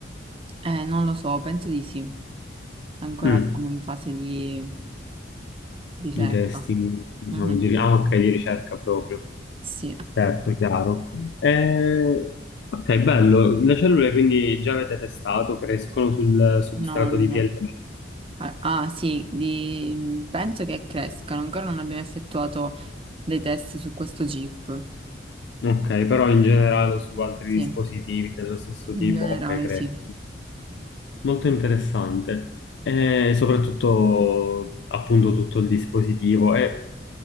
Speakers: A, on the right; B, on the left.
A: Eh, non lo so, penso di sì. Ancora
B: Mm,
A: siamo in fase di ricerca.
B: Di testing, diciamo,
A: Mhm,
B: di, ah, ok, di ricerca proprio,
A: Sì,
B: certo, chiaro. Eh, ok, bello. Le cellule quindi già avete testato, crescono sul substrato
A: no, no,
B: di
A: no.
B: PLA.
A: Ah, ah, sì, di- penso che crescano. Ancora non abbiamo effettuato dei test su questo chip.
B: Ok, però in generale su altri
A: Sì,
B: dispositivi dello stesso
A: in
B: tipo,
A: generale,
B: ok, crescono.
A: sì.
B: Molto interessante, e soprattutto appunto tutto il dispositivo. E,